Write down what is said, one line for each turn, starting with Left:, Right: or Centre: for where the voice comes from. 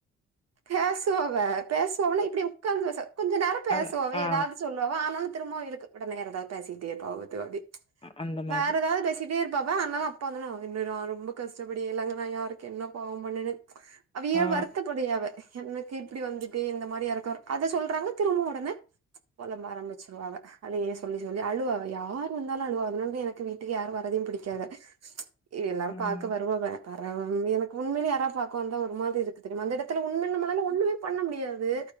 Right: பேசுவா அவ பேசுவான்னா இப்டி உட்காந்து கொஞ்ச நேரோ பேசுவா
Left: அந்
Right: அவ
Left: ஆ
Right: எதாவது சொல்லி ஆனாலு திரும்ப இழுத்து வேற எதாவது பேசிக்கிட்டே இருப்பாங்க
Left: அந்த மாதிரி
Right: வேற எதாவது பேசி சிட்டே இருப்பாவா அதனாலு அப்பாங்க நா என்னடா ரொம்ப கஷ்டப்படி எல்லாங்க நா யாருக்கு என்ன பாவோ பண்ணேனே அவிய
Left: ஆ
Right: வருத்தப்படியாவ எனக்கு இப்டி வந்துட்டு இந்த மாரி யார்க்கு அத சொல்றாங்க திரும்பி ஒடனே பொலம்ப ஆரம்பிச்சுடுவாங்க அதையே சொல்லி சொல்லி அழுவாவ யார் வந்தாலு அழுவாவ அதனா தா எனக்கு வீ ட்டு யாரு வரதையு பிடிக்காது
Left: <inaudible>
Right: எல்லாரு
Left: ம்
Right: பாக்க வருவாவ வரவ எனக்கு உண்மையல யார பாக்க வந்தா ஒரு மாரி இருக்கு தெரியுமா அந்த எடத்தில உண்மையா நம்மளால ஒண்ணுமே பண்ண முடியாது